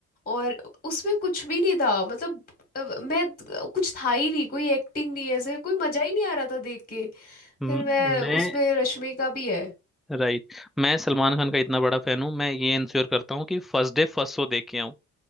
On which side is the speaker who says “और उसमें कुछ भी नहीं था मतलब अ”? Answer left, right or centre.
Left